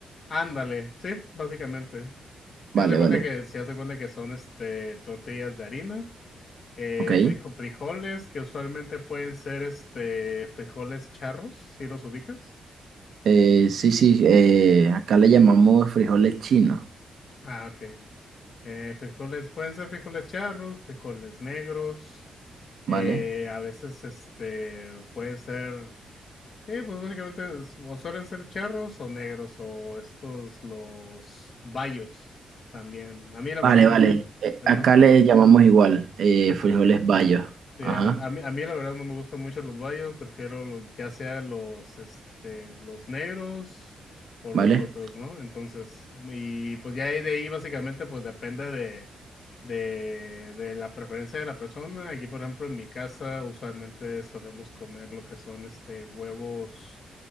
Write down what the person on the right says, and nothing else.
Vale,
vale,
ok.
Eh, sí, sí, eh, acá le llamamos frijoles chinos,
¿vale?
Vale,
vale.
eh,
acá
le llamamos igual, eh,
frijoles bayos.
Ajá,
¿vale?